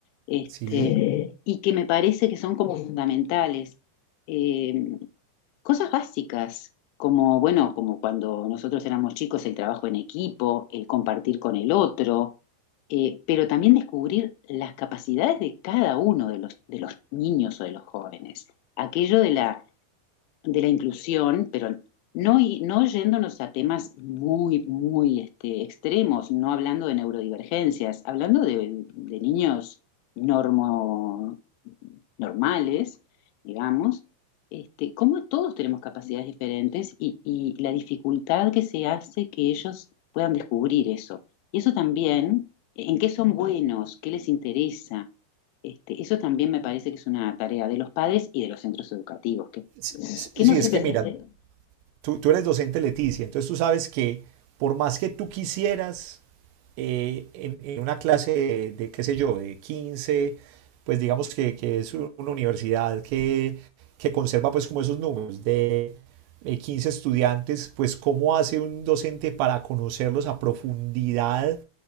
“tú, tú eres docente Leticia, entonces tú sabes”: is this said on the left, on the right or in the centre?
Right